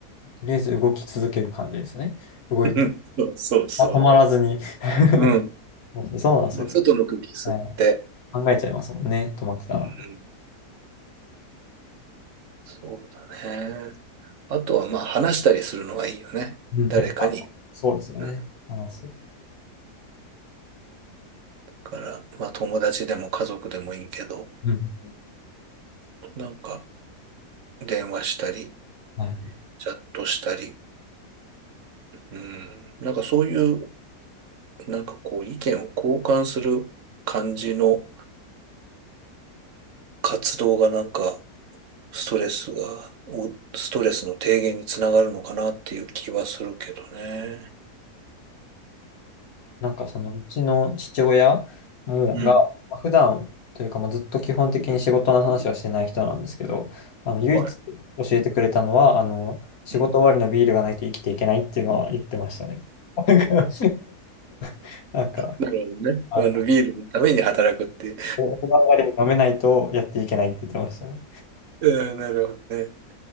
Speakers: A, on the left; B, on the right.
A: とりあえず動き続ける感じですね。動いて。
B: うんそうそうそ
A: あ、止まらずに。<laughs>
B: う。うん。
A: そうなん、
B: で外の空気吸って。
A: そうか。はい。考えちゃいますもんね。止まってたら。
B: うん。そうだね。あとはまあ話したりするのがいいよね。
A: うん。
B: 誰かに。
A: やっぱ、そうですよね。
B: うんだ
A: 話す。
B: から、まあ友達でも家族でもいいけど、
A: うん。
B: なんか電話したり、
A: はい
B: チャットしたり、うん、なんかそういう、なんかこう意見を交換する感じの活動がなんかストレスが、おストレスの低減につながるのかなっていう気はするけどね。
A: なんかそのうちの父親もが、
B: うん。
A: まあ普段というかもうずっと基本的に仕事の話はしてない人なんですけど、あの唯一教えてくれたのは、
B: はい
A: あの仕事終わりのビールがないと生きていけないっていうのは言ってましたね。
B: うん。
A: <laughs> なんか、<laughs> なんか
B: なるほどね。
A: あの、
B: あの、ビールのために働くっていう。
A: お風呂上がりに飲めないとやっていけないって言ってましたね。
B: うん、なるほどね。